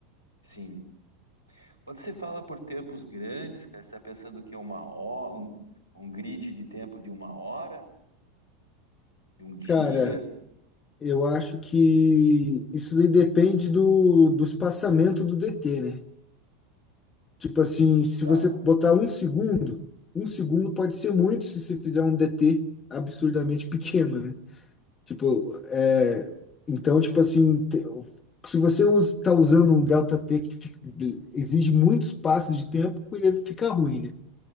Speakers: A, on the left (about 85°); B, on the left (about 25°).
A: Sim. Quando você fala por tempos grandes, cara, você está pensando que é uma hora, um, um grid de tempo de uma hora, de um dia,
B: Cara, eu acho que isso daí depende do, do espaçamento do DT, né? Tipo assim, se
A: tá?
B: você botar um segundo, um segundo pode ser muito se você fizer um DT absurdamente <laughs> pequeno, né? Tipo, é, então, tipo assim, te- se você está usando um delta T que fi- exige muitos passos de tempo, ele fica ruim, né?